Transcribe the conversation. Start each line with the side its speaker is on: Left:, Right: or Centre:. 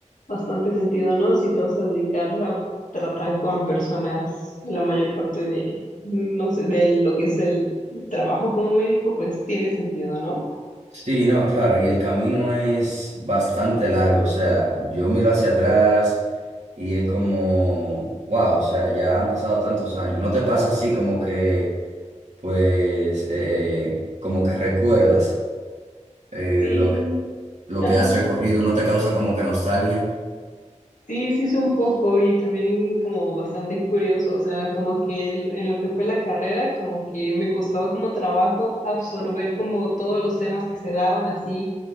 Left: bastante sentido, ¿no? Si te vas a dedicar a tratar con personas la mayor parte de, no sé, de lo que es el trabajo como médico, pues tiene sentido, ¿no?
Right: Sí, no, claro, y el camino es bastante largo, o sea, yo miro hacia atrás y es como, wow, o sea, ya han pasado tantos años, ¿no te pasa así como que, pues, eh, como que recuerdas? Eh,
Left: Sí,
Right: lo que, lo
Left: ajá,
Right: que has recorrido no te causa como que nostalgia.
Left: Sí, sí, sí, un poco y también como bastante curioso, o sea, como que el- en lo que fue la carrera, como que me costaba como trabajo absorber como todos los temas que se daban así